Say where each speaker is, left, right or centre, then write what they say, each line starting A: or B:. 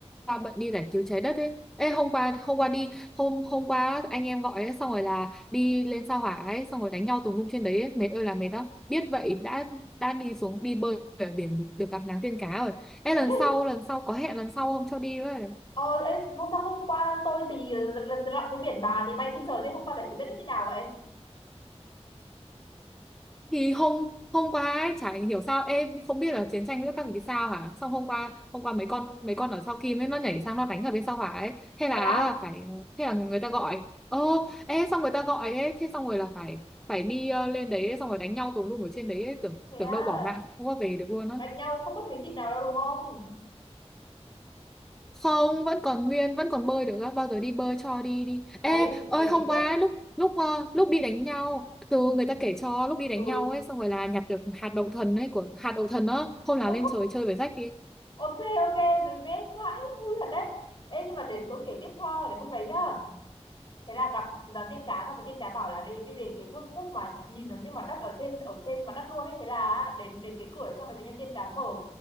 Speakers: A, in the centre; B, on the left.
A: qua bận đi giải cứu trái đất ấy. Ê, hôm qua hôm qua đi hôm hôm qua anh em gọi ấy xong rồi là đi lên sao hỏa ấy xong rồi đánh nhau tùm lum trên đấy ấy. Mệt ơi là mệt đó. Biết vậy đã đã đi xuống đi bơi ở biển thì được gặp nắng tiên cá rồi. Ê lần
B: <laughs>
A: sau lần sau có hẹn lần sau không cho đi với.
B: ờ ê, thôi sao hôm qua tôi thì lần lần lặn dưới biển bà thì bay trên trời thế hôm qua giải quyết chết như thế nào vậy
A: thì hôm hôm qua ấy, chả hiểu sao em không biết là chiến tranh giữa các vị sao hả xong hôm qua hôm qua mấy con mấy con ở sau Kim ấy nó nhảy sang nó đánh ở bên sau hỏa ấy thế là
B: thật á
A: phải thế là người ta gọi ơ ê xong người ta gọi ấy thế xong rồi là phải phải đi ờ, lên đấy xong rồi đánh nhau tùm lum ở trên đấy ấy. tưởng
B: thế
A: tưởng
B: à
A: đâu bỏ mạng không có về được luôn á
B: đánh nhau không mất miếng thịt nào đâu đúng không
A: không vẫn còn nguyên vẫn còn bơi được á bao giờ đi bơi cho đi đi ê
B: đấy
A: ơi
B: để
A: hôm
B: kể tiếp
A: qua ấy, lúc lúc ờ, lúc đi đánh nhau từ
B: ừ,
A: người ta kể cho lúc đi đánh
B: ừ.
A: nhau ấy xong rồi là nhặt được hạt đậu thần ấy của hạt đậu thần á hôm nào
B: Ô,
A: lên trời chơi với rách đi
B: ok ok dừng nghe quá vui thật đấy ê nhưng mà để tôi kể tiếp cho để hôm đấy nhá thế là gặp là tiên cá gặp với tiên cá bảo là đi đi đến cái vương quốc mà nhìn nó như mặt đất ở trên ở trên mặt đất luôn ấy thế là đến đến cái cửa đấy xong rồi tự nhiên tiên cá mở